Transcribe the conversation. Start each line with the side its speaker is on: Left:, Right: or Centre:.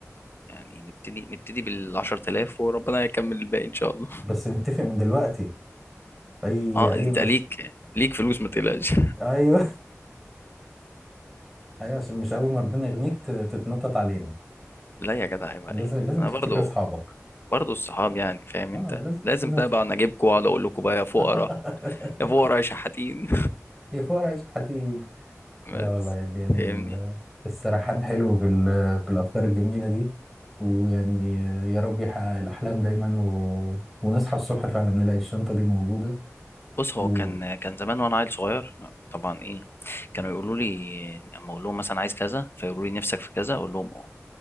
Left: يعني نبتدي نبتدي بال 10000 وربنا يكمل الباقي ان شاء الله
Centre: بس نتفق من دلوقتي اي
Left: اه
Centre: اي
Left: انت
Centre: مش
Left: ليك ليك فلوس ما تقلقش
Centre: ايوه ايوه عشان مش اول ما ربنا يغنيك ت- تتنطط علينا
Left: <laughs> لا يا جدع عيب
Centre: لازم
Left: عليك
Centre: لازم
Left: انا
Centre: تفتكر
Left: برضو
Centre: اصحابك
Left: برضه الصحاب يعني فاهم
Centre: اه
Left: انت
Centre: لازم
Left: لازم
Centre: لازم
Left: بقى
Centre: تف...
Left: بقى اجيبكم واقعد اقول لكم بقى يا فقراء
Centre: <laughs>
Left: يا فقراء يا شحاتين
Centre: يا فقرا يا شحاتين <laughs>
Left: <laughs>
Centre: لا
Left: بس
Centre: والله يعني
Left: فاهمني
Centre: ال- السرحان حلو بال... بالافكار الجميله دي ويعني يا رب يحقق الاحلام دايما و... ونصحى الصبح فعلا نلاقي الشنطه دي موجوده
Left: بص هو
Centre: و...
Left: كان كان زمان وانا عيل صغير طبعا ايه كانوا يقولوا لي اما اقول لهم مثلا عايز كذا فيقولوا لي نفسك في كذا اقول لهم اه